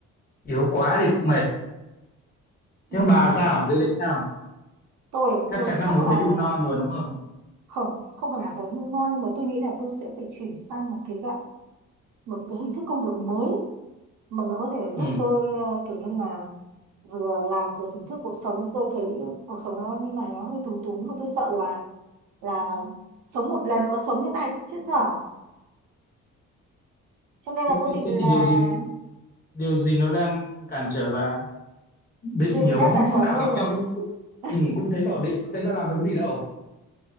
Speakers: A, on the left; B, on the right.
A: yếu quá thì cũng mệt
B: ừ.
A: thế còn bà sao dự định sao
B: tôi
A: chắc
B: tôi
A: chắn là
B: chắc
A: muốn
B: là
A: về hưu non rồi đúng không
B: không không phải là về hormone nhưng mà tôi nghĩ là tôi sẽ phải chuyển sang một cái dạng một cái hình thức công việc mới mà nó có thể giúp
A: ừ
B: tôi ờ, kiểu như là vừa làm vừa thưởng thức cuộc sống tôi thấy cuộc sống nó như này nó hơi túng túng mà tôi sợ là là sống một lần mà sống thế này thì chết dở cho nên là
A: thế,
B: tôi định
A: thế
B: là
A: thì điều gì điều gì nó đang cản trở bà định
B: điều
A: nhiều
B: gì đang
A: hôm
B: cản
A: hôm
B: trở
A: nào
B: tôi
A: gặp nhau
B: à
A: cũng cũng
B: <laughs>
A: ừ, cũng thấy bảo định thế ra làm được cái gì đâu